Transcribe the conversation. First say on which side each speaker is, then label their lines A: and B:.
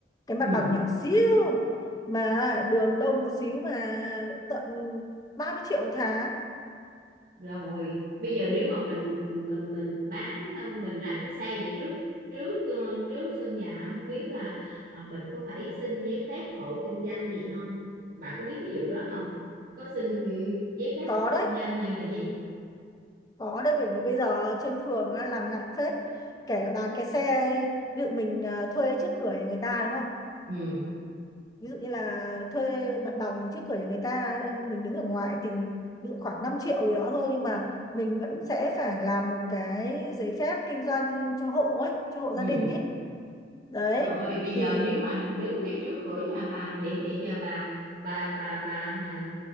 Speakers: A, on the left (about 20°); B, on the right (about 50°).
A: cái
B: ừ.
A: mặt bằng nhỏ xíu mà đường đông một xíu mà tận 30 triệu một tháng
B: rồi bây giờ nếu mà mình mình mình bán ờ, mình làm cái xe vậy trước trước ờ, trước sân nhà không biết là ờ, mình có phải xin giấy phép hộ kinh doanh gì không bà có biết cái vụ đó không có xin ừ, giấy phép
A: có
B: hộ
A: đấy
B: kinh doanh hay là gì
A: Có đấy bởi vì bây giờ trên phường á, làm ngặt phết kể cả bán cái xe ví dụ mình à, thuê trước cửa nhà người ta đúng không
B: ừ
A: ví dụ như là thuê mặt bằng trước cửa nhà người ta mình đứng ở ngoài thì ví dụ khoảng 5 triệu gì đó thôi nhưng mà mình vẫn sẽ phải làm một cái giấy phép kinh doanh cho hộ ấy cho hộ
B: ừ
A: gia đình ấy đấy
B: Trời ơi bây
A: thì
B: giờ nếu mà đứng ngay trước cửa nhà bà vậy thì giờ bà bà bà bà à,